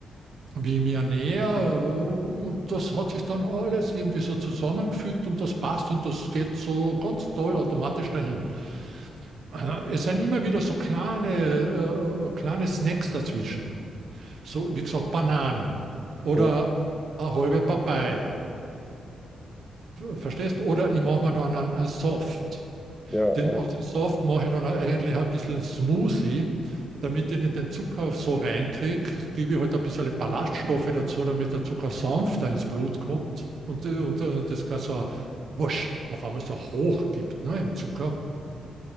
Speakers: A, on the right; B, in the centre.
A: wie ich mich ernähre. Äh, und das hat sich dann alles irgendwie so zusammengefügt und das passt und das geht so ganz toll automatisch dahin. Äh, Es sind immer wieder so kleine, äh, äh, kleine Snacks dazwischen so wie gesagt, Bananen oder
B: Hm.
A: eine halbe Papaya. Verstehst? Oder ich mache mir dann einen, einen Soft.
B: Ja,
A: Den,
B: ja.
A: aus dem Soft mache ich dann eigentlich ein bisschen einen Smoothie, damit ich nicht den Zucker so reinkriege. Gebe ich halt ein bisschen Ballaststoffe dazu, damit der Zucker sanfter ins Blut kommt. Und, äh, und äh, das kann so ein wusch, auf einmal so hoch gibt ne, im Zucker.